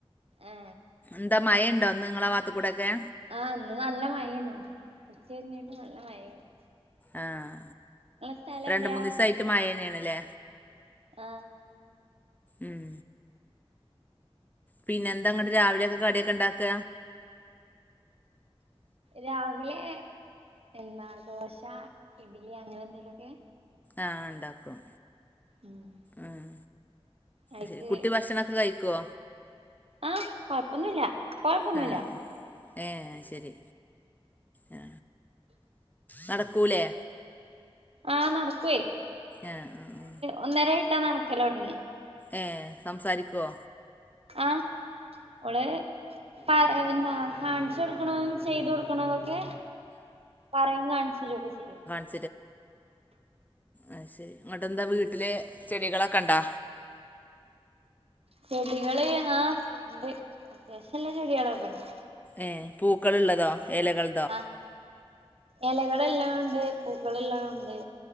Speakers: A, on the right; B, on the left.
A: ഏ
B: ന്താ മയ ണ്ടൊ ന്ന് ങ്ങളാ വാത്ത്ക്കൂടെക്കെ.
A: ആഹ് ന്ന് നല്ല മയേന്നു ഉച്ചിര്ഞ്ഞിട്ട് നല്ല മയേന്നു.
B: ആഹ്.
A: സ്ഥലം
B: രണ്ട്
A: എവിടെയാ
B: മൂന്നിസയിട്ട് മയെന്നെണ്ല്ലേ?
A: ആ
B: ഉം. പിന്നെന്താങ്ങട്ട് രാവിലെക്കെ കട്യൊക്കെ ണ്ടാക്ക.
A: രാവിലെ എന്താ ദോശ ഇഡ്ലി അങ്ങനെന്തെങ്കിലൊക്കെ.
B: ആഹ് ണ്ടാക്കും
A: ഉം
B: ഉം.
A: അയിക്ക്
B: ശെരി കുട്ടി ഭക്ഷണൊക്കെ കയ്ക്കോ?
A: ആഹ് കൊഴപ്പൊന്നുല്ല പ്പകൊഴപ്പൊന്നുല്ല.
B: ആ ഏ അഹ് ശെരി ആ നടക്കൂലേ?
A: ആഹ നട്ക്കുവേ.
B: ഏഹ് ആഹ്.
A: ഒന്നരേട്ടാ ന്നട്ക്കലൊട്ങ്ങ്യ.
B: ഏഹ് സംസാരിക്കോ?
A: ആഹ് ഓള്. കടെ ന്ന കാൺച്ചു കൊടുക്കണൊ ചെയ്തു കൊടുക്കണോന്നൊക്കെ. പറിം കാൺച്ചരുക്കെ ചെയ്യും.
B: <unintelligible> ആ ശെരി ഇങ്ങട്ടെന്താ വീട്ടില് ചെടികളൊക്കെ ണ്ടോ?
A: ചെടികള് ആ ഇണ്ട് രസള്ള ചെടികളൊക്കെണ്ട്.
B: ഏ പൂക്കൾ ള്ളതോ എലകൾ.
A: ആഹ് എലകള്‌ള്ളോണ്ട് പൂക്കള് ള്ളോണ്ട്.